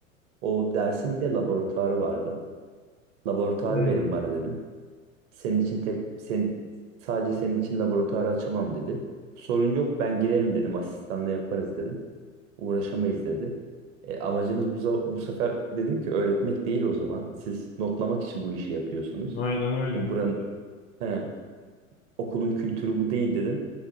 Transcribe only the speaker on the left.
Hmm,
aynen öyle.